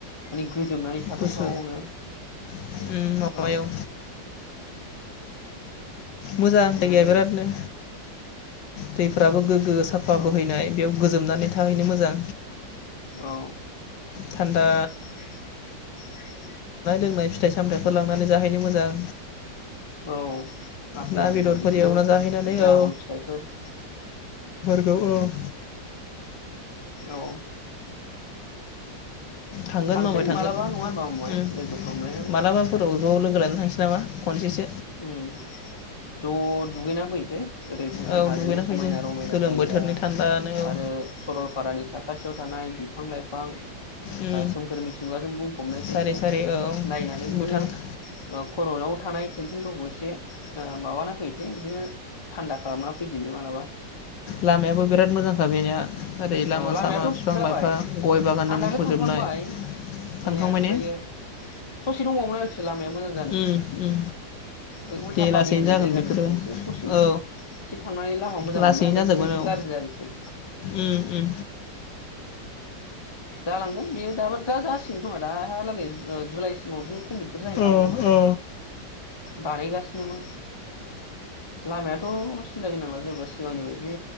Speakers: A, on the left; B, on the left.
A: माने गोजोबनानै थाथावथावनो।
B: गुसु उम माबायाव
A: औ।
B: मोजां जायगाया
A: माने
B: बिरादनो। दैफ्राबो गोग्गो साफा
A: औ
B: बोहैनाय बेयाव गोजोमनानै थाहैनो मोजां।
A: औ।
B: थान्दा।
A: <inaudible> <inaudible>
B: <inaudible> हमनानै जाहैनो मोजां।
A: औ। आफेल
B: ना
A: आंगुर
B: बेदरफोर
A: बिदिनो
B: एवना जाहैनानै
A: दड्रागन
B: औ
A: फिथाइफोर।
B: औ औ।
A: औ।
B: थांगोन
A: थांसै
B: मामाय थांगोन
A: मालाबा नङा होनबा मामाय लोगोफोर हमलायनानै
B: मालाबाफोराव ज' लोगो लानो थांसै नामा। खनसे।
A: उम ज' दुगैना फैनोसै। ओरै भुटान
B: औ
A: हाजोनि
B: दुगैना
A: समायना
B: फैसै
A: रमायना
B: गोलोम
A: जायगा
B: बोथोरनि थान्दानो औ
A: आरो सरलपारानि साखा। खाथियाव थानाय बिफां लाइफां।
B: उम
A: सोमखोर मिथिलंगाजों बुंफबनायखौ
B: सारि
A: एसे
B: सारि औ
A: नायनानै बिदिनो
B: भुटान
A: कर'नायाव। थानाय। तेनसनफोरखौ एसे माबाना फैसै बिदिनो थान्दा खालामना फैदोनि मालाबा।
B: लामायाबो बिराद मोजांखा बेनिया ओरै लामा
A: अ लामायाथ'
B: सामा बिफां
A: जाबाय
B: लाइफां गय बागानजों
A: आं दाख्लै
B: मुख'जोबनाय
A: थांखांबाय थांनाया
B: थांखांबाय
A: ओमफ्रायो
B: ने
A: ससे दंबावोमोन आरोखि। लामाया मोजां जानो
B: उम उम
A: बै उल्था
B: दे लासैनो
A: पानि होननाय
B: जागोन
A: जायगानिफ्राय
B: बेफोरो
A: एसे ससे
B: औ
A: एसे थांनानै लामा मोजां
B: लासैनो
A: मोनबाय ओमफ्राय
B: जाजोबगोन
A: बेनिफ्राय एसे
B: औ
A: गाज्रि आरोखि।
B: उम उम
A: जालांगोन बेयो दाब दा जासिगोन खोमा दाहालागै ओ जुलाइसिमाव बिदिनो कमपितफोर जाहैनो
B: औ
A: हागौ खोमा।
B: औ
A: बानायगासिनोमोन। लामायाथ' सिन्था गैनांला जेबो सिगांनि बायदि